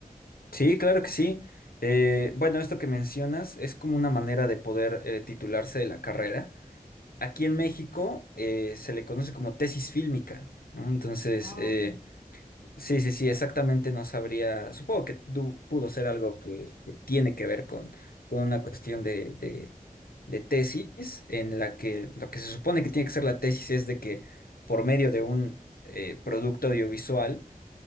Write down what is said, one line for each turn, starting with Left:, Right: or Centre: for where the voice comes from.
Left: Sí, claro que sí. Eh, bueno, esto que mencionas es como una manera de poder eh, titularse de la carrera. Aquí
Right: Ujú.
Left: en México eh, se le conoce como tesis fílmica, ¿no? Entonces,
Right: Ah,
Left: eh,
Right: ok.
Left: sí, sí, sí, exactamente no sabría, supongo que du- pudo ser algo que, que tiene que ver con, con una cuestión de, de, de tesis, en la que lo que se supone que tiene que ser la tesis es de que por medio de un eh, producto audiovisual,